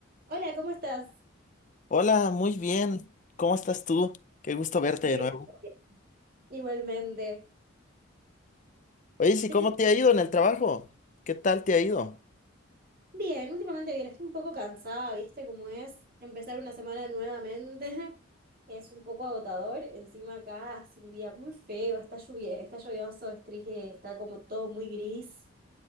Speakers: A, on the right; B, on the left.
A: Hola, ¿cómo estás?
B: Hola, muy bien. ¿Cómo estás tú? Qué gusto verte de
A: Muy
B: nuevo.
A: bien, Sofía. Igualmente.
B: Oye, sí,
A: Te
B: ¿cómo
A: que-
B: te ha ido en el trabajo? ¿Qué tal te ha ido?
A: Bien, últimamente bien, estoy un poco cansada, ¿viste cómo es? Empezar una semana nuevamente <laughs> es un poco agotador. Encima acá hace un día muy feo, está lluvia, está lluvioso, es triste, está como todo muy gris.